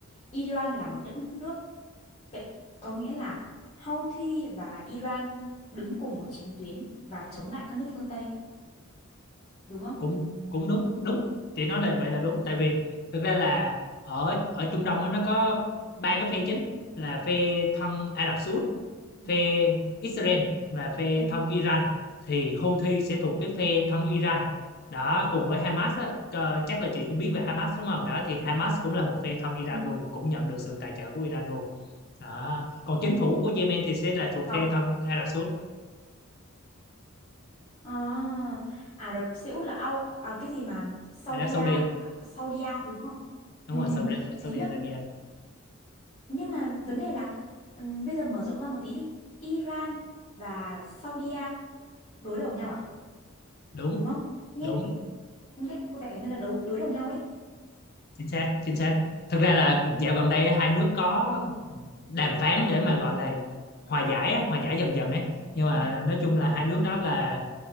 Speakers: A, on the left (about 30°); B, on the left (about 45°).
A: Iran là một đất nước Vậy có nghĩa là Houthi và Iran đứng cùng một chiến tuyến và chống lại các nước phương Tây, đúng không?
B: cũng cũng đúng đúng chị nói là vậy là đúng tại vì thực ra là ở ở Trung Đông á, nó có ba cái phe chính là phe thân Ả Rập Xê Út
A: Ừ.
B: phe Israel và phe
A: Ừ.
B: thân Iran thì Houthi sẽ thuộc cái phe thân Iran đó cùng với Hamas á, ờ, chắc là chị cũng biết về Hamas đúng không đó thì Hamas cũng là một phe thân Iran
A: Ừ.
B: luôn cũng nhận được sự tài trợ của Iran luôn đó. còn chính phủ của Yemen thì sẽ là thuộc
A: Vâng.
B: phe thân Ả Rập Saudi
A: À, Ả Rập Xê Út là ao à, cái gì mà Saudi
B: Ả Rập Saudi
A: A- Saudi A đấy đúng không?
B: đúng
A: Ừ,
B: rồi
A: ừ.
B: Saudi,
A: Thế
B: Saudi
A: nhá.
B: Arabia
A: Nhưng mà vấn đề là ừm, bây giờ mở rộng ra một tí đi. Iran và Saudi A đối đầu nhau à?
B: đúng
A: Đúng không? Nghe
B: đúng
A: thì- nghe có vẻ như là đối đối đầu nhau ấy.
B: chính xác chính xác thực ra là dạo gần đây á, hai nước có đàm phán để mà gọi là hòa giải á, hòa giải dần dần ấy nhưng mà
A: Ừ.
B: nói chung là hai nước
A: Ừ.
B: đó là